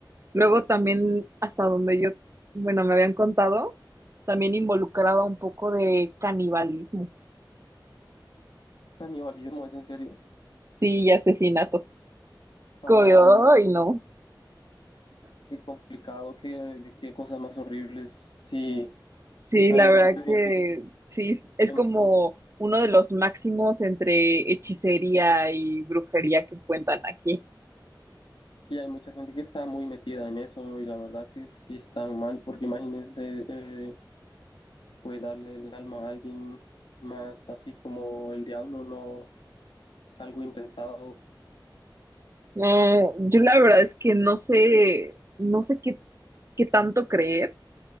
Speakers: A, on the right; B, on the left.
A: Luego también, hasta donde yo, bueno, me habían contado, también involucraba un poco de canibalismo,
B: Canibalismo es en serio.
A: sí, y asesinato. Es
B: Ay,
A: como de, "Ay, no.
B: qué complicado, qué, qué cosas más horribles. Sí,
A: Sí,
B: hay
A: la verdad
B: mucha gente,
A: que sí, es es
B: em,
A: como uno de los máximos entre hechicería y brujería que cuentan aquí.
B: sí, hay mucha gente que está muy metida en eso y la verdad que sí están mal, porque imagínense, eh, pues darle el alma a alguien más así como el diablo no es algo impensado.
A: No, yo la verdad es que no sé, no sé qué, qué tanto creer.